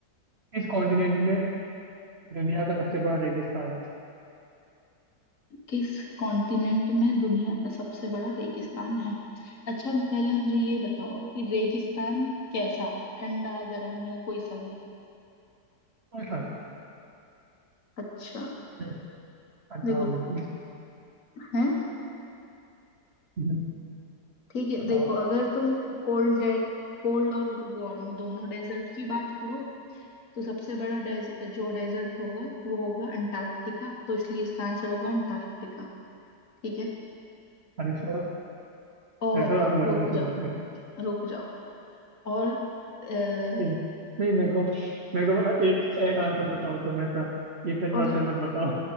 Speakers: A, on the right; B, on the left.
A: किस कॉन्टिनेंट में दुनिया का सबसे बड़ा रेगिस्तान है
B: किस कॉन्टिनेंट में दुनिया का सबसे बड़ा रेगिस्तान है अच्छा पहले मुझे ये बताओ कि रेगिस्तान कैसा ठंडा गर्म या कोई सा भी
A: पाकिस्तान
B: अच्छा
A: है। हम्म,
B: देखो
A: हाँ बिल्कुल
B: है
A: हम्म,
B: ठीक है
A: बताओ
B: देखो अगर तुम कोल्ड कोल्ड और वार्म दोनों डेजर्ट की बात करो तो सबसे बड़ा डेज, जो डेजर्ट होगा वो होगा अंटार्कटिका तो इसलिए इसका आंसर होगा अंटार्कटिका ठीक है
A: हनुशा
B: और
A: हनुशा यहाँ पे बर्फ
B: रुक
A: होती
B: जाओ
A: है बहुत सारी
B: रुक जाओ और अ,
A: ठीक है नहीं मेरे को मेरे को बस एक एक आंसर बताओ तो मैं सा इफ एंड
B: और
A: वर्ड्स मत बताओ